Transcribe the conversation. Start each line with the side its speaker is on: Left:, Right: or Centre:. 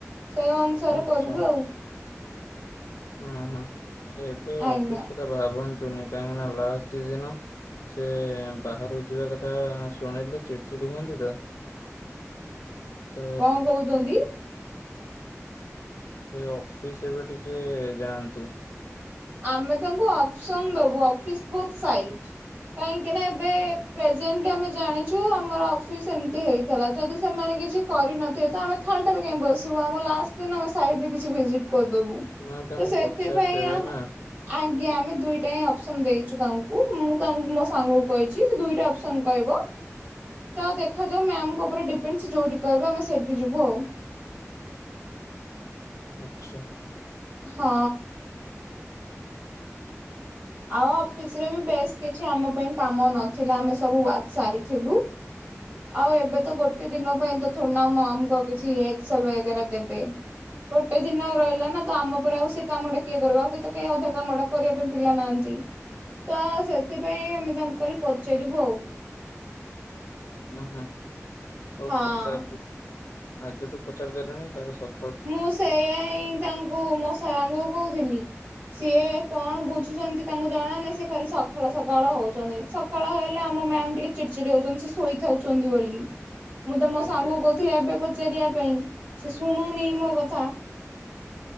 Right: ସେ ଅନୁସାରେ
Left: ଆଚ୍ଛା
Right: କରିବୁ ଆଉ।
Left: ହୁଁ ହୁଁ ଏବେ
Right: ଆଜ୍ଞା
Left: ଅଫିସ କଥା ଭାବନ୍ତୁନି। କାହିଁକି ନା ଲାଷ୍ଟ ଦି ଦିନ ସେ ବାହାରୁକୁ ଯିବା କଥା ଶୁଣିଲେ ଚିଡି ଚିଡି ହୁଅନ୍ତି ତ।
Right: <unintelligible>
Left: ତ
Right: କହୁଛନ୍ତି?
Left: ସେ ଅଫିସ ଏବେ ଟିକେ ଯାଆନ୍ତୁ।
Right: ଆମେ ତାଙ୍କୁ ଅପସନ ଦବୁ ଅଫିସ ବୋଥ ସାଇଟ କାହିଁକି ନା ଏବେ ପ୍ରେଜେଣ୍ଟଲି ଆମେ ଜାଣିଛୁ ଆମର ଅଫିସ ଏମିତି ହେଇଥିଲା ଯଦି ସେମାନେ କିଛି କରିନଥିବେ ତ ଆମେ ଖାଲଟାରେ କାଇହି ବସିବୁ। ଆମ ଲାଷ୍ଟ ଦିନ ଆମେ ସାଇଡରେ କିଛି ଭିଜିଟ୍ କରିଦବୁ।
Left: ନା ତାଙ୍କୁ
Right: ତ ସେଥିପାଇଁ
Left: ପଚାରିଦେବେ
Right: ଆ
Left: ନା
Right: ଆଜ୍ଞା ଆମେ ଦୁଇଟା ହିଁ ଅପସନ ଦେଇଛୁ ତାଙ୍କୁ। ମୁଁ ତାଙ୍କୁ ମୋ ସାଙ୍ଗକୁ କହିଛି ସେ ଦୁଇଟା ଅପସନ କହିବ ତ ଦେଖାଯାଉ ମ୍ୟାମଙ୍କ ଉପରେ ଡିପେଣ୍ଡ ଯୋଉଠି କହିବେ ଆମେ ସେଇଠିକି ଯିବୁ ଆଉ।
Left: ଆଛା
Right: ହଁ। ଆଉ ଅଫିସ ରେ ବି ବେଶ କିଛି ଆମ ପାଇଁ କାମ ନଥିଲା ଆମେ ସବୁ ସାରିଥିଲୁ। ଆଉ ଏବେ ତ ଗୋଟେ ଦିନ ପାଇଁ ତ ଥୋଡିନା ଆମ ଆମକୁ କିଛି ଏକ୍ସଲ ବଗେରା ଦେବେ। ଗୋଟେ ଦିନ ଆଉ ରହିଲା ନା ତ ଆମ ପରେ ଆଉ ସେ କାମଟା କିଏ କରିବ ଆଉ କି ତ କେହି ଅଧା କାମଟା କରିବା ପାଇଁ ପିଲା ନାହା ନ୍ତି ତ ସେଥିପାଇଁ ଆମେ ତାଙ୍କ କାଲି ପଚାରିବୁ ଆଉ।
Left: ଉଉଁହୁଁ ହଉ
Right: ହଁ
Left: ପଚାର ଆଜିଠୁ ପଚାରି ଦେଲେଣି କାଲି ସ
Right: ମୁଁ ସେଆ ହିଁ ତାଙ୍କୁ ମଶା ସାଙ୍ଗକୁ କହୁଥିଲି। ସିଏ କଣ ବୁଝୁଛନ୍ତି ତାଙ୍କୁ ଜଣାନେ ସେ କାଲି ସଖାଳ ସକାଳ ହଉଛନ୍ତି ସ ଫଳ ହେଲେ ଆମ ମ୍ୟାମ ଟିକେ ଚିଡି ଚିଡି ହଉଛନ୍ତି ସେ ଶୋଇଥାଉଛନ୍ତି ବୋଲି। ମୁଁ ତ ମୋ
Left: ଆଜ୍ଞା
Right: ସାଙ୍ଗକୁ କହୁଥିଲି ଏବେ ପଚାରିବା ପାଇଁ ସେ ଶୁଣୁନି ମୋ କଥା।